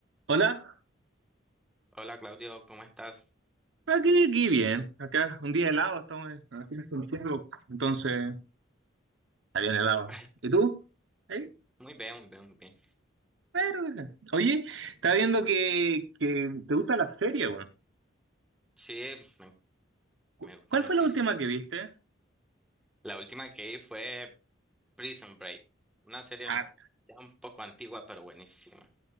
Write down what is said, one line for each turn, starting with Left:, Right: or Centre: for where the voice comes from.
Right: Hola,
Centre: Hola Claudio, ¿cómo estás?
Right: aquí, aquí bien, acá un día helado estamos en- aquí en Santiago, entonces está bien helado.
Centre: Ay,
Right: ¿Y tú? ¿Eh?
Centre: muy bien, muy bien, muy bien.
Right: Pero, eh. oye, está viendo que, que te gusta la serie, weón.
Centre: Sí, me,
Right: ¿Cu-
Centre: me gusta
Right: ¿Cuál
Centre: muchísimo.
Right: fue la última que viste?
Centre: La última que vi fue Prison Break, una serie
Right: Ah,
Centre: ya un poco antigua, pero buenísima.